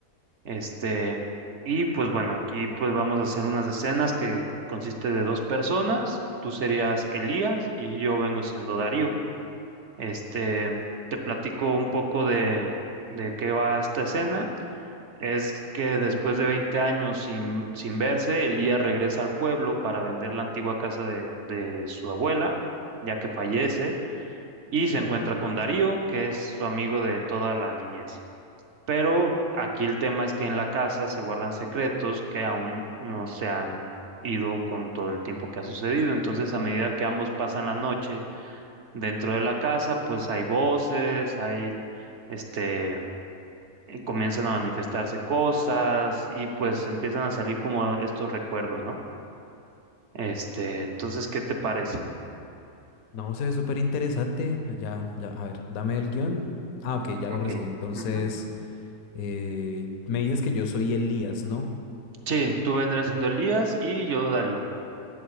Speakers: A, on the right; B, on the left.
A: este, y pues bueno, aquí pues vamos a hacer unas escenas que consiste de dos personas, tú serías Elías y yo vengo siendo Darío. Este, te platico un poco de, de qué va esta escena. Es que después de 20 años sin, sin verse, Elías regresa al pueblo para vender la antigua casa de de su abuela ya que fallece, y se encuentra con Darío, que es su amigo de toda la niñez. Pero aquí el tema es que en la casa se guardan secretos que aún no se han ido con todo el tiempo que ha sucedido. Entonces, a medida que ambos pasan la noche dentro de la casa, pues hay voces, hay este, y comienzan a manifestarse cosas y pues empiezan a salir como estos recuerdos, ¿no? Este, entonces, ¿qué te parece?
B: No, se ve súper interesante. Ya, ya, a ver, dame el guión. Ah, ok, ya lo
A: Ok.
B: recibí. Entonces,
A: ujú.
B: eh, me dices que yo soy Elías, ¿no?
A: Sí, tú vendrás siendo Elías y yo Darío.